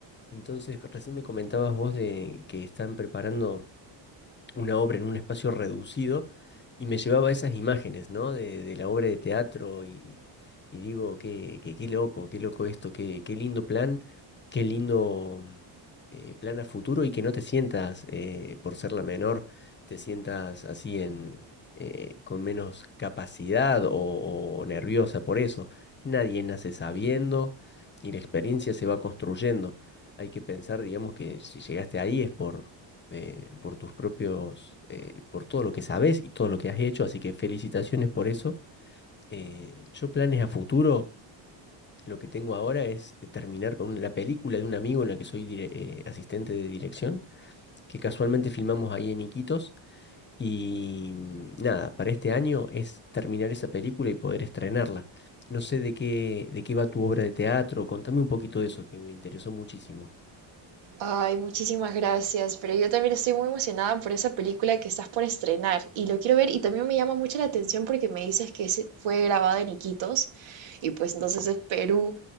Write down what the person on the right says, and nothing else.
Ay, muchísimas gracias, pero yo también estoy muy emocionada por esa película que estás por estrenar y lo quiero ver y también me llama mucho la atención porque me dices que se- fue grabada en Iquitos y pues entonces es Perú,